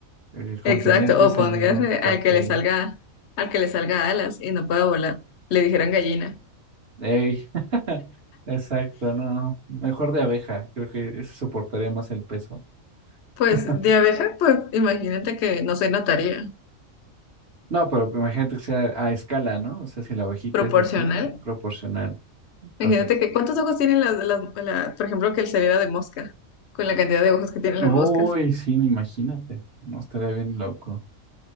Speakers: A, on the right; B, on the left.
A: eh, contendientes
B: exacto. O póngase
A: a ningún partido.
B: al que le salga, al que le salga alas y no pueda volar. Le dijeran gallina.
A: Ey, <laughs> exacto, no. Mejor de abeja, creo que eso soportaría más el peso. <laughs>
B: Pues de abeja, pues imagínate que no se notaría.
A: No, pero imagínate que sea a escala, ¿no? O sea, si la abejita
B: Proporcional.
A: es así, proporcional. Entonces,
B: Imagínate que cuántos ojos tienen las, las- la- por ejemplo, que le saliera de mosca, con la cantidad de ojos que tienen
A: uy,
B: las moscas.
A: sí, no, imagínate. No estaría bien loco.